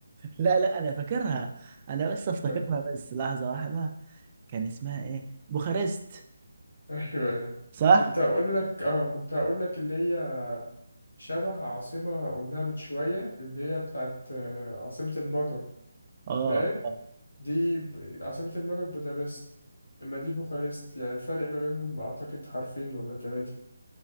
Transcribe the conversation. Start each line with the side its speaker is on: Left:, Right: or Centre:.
Right: لا لا انا فاكرها انا بس افتكرها
Left: طيب
Right: بس لحظة واحدة كان اسمها ايه بوخارست
Left: <laughs> أيوه
Right: صح
Left: كنت هقول لك أه كنت هقول لك اللي هي شبه عاصمة قلناها من شوية اللي هي بتاعت آه، عاصمة المجر
Right: اه
Left: فاهم
Right: اه
Left: دي ب... عاصمة المجر بودابست إما دي بوخارست يعني الفرق ما بينهم أعتقد حرفين ولا تلاتة